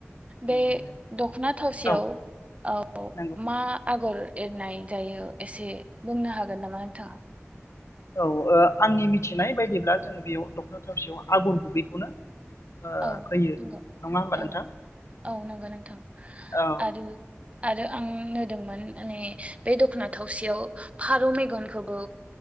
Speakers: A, on the left (about 75°); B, on the right (about 30°).
A: उम
B: बे दख'ना थावसियाव
A: औ
B: ओ
A: नंगौ
B: मा आ गर एरनाय जायो एसे बुंनो हागोन नामा नोंथांङा
A: औ आंनि मिथिनाय बायदिब्ला जोंङो बेयाव दख'ना थावसियाव आगर गुबैखौनो ओ
B: औ
A: होयो
B: नंगौ
A: नङा होमबा नोंथां
B: औ औ नंगौ नोंथां
A: औ
B: आरो आरो आं नुदोंमोन माने बे दख'ना थावसेयाव फारौ मेगनखौबो